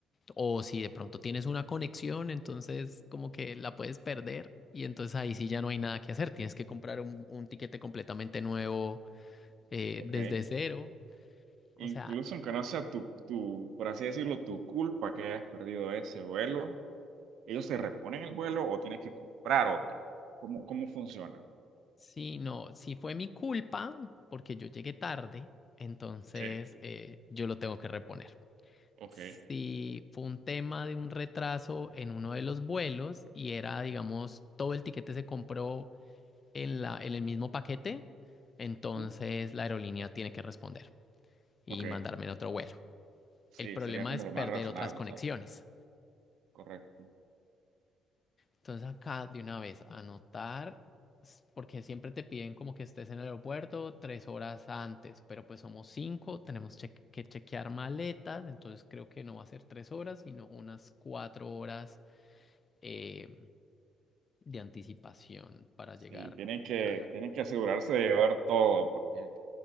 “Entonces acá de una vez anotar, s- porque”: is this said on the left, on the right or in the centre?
Left